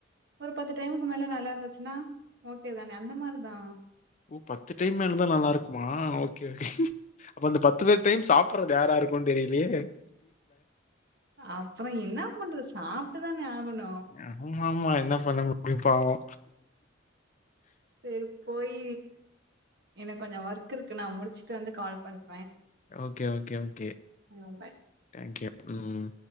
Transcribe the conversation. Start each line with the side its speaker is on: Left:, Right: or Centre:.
Right: ஒரு பத்து டைமுக்கு மேல நல்லா இருந்துச்சுன்னா ஓகேதான அந்த மாதிரிதா
Left: ஓ பத்து டைம் மேலதா நல்லா இருக்குமா ஓகே ஓகே அப்ப அந்த பத்து பத்து டைம் சாப் ப்புறது யாராருக்குன் தெரிய்லயே
Right: அப்றொ என்னா பண்றத் சாப்ட்டுதானே ஆகணு
Left: யகுமா ம்மா என்ன பண்ண முடியு பாவோ
Right: சேர் போயி எனக் கொஞ்சொ ஒர்க் இருக்கு நா முடிச்சுட்டு வந்து கால் பண்
Left: ஓகே ஓகே ஓகே
Right: ஆ பாய்
Left: தேங்க்யூ உம்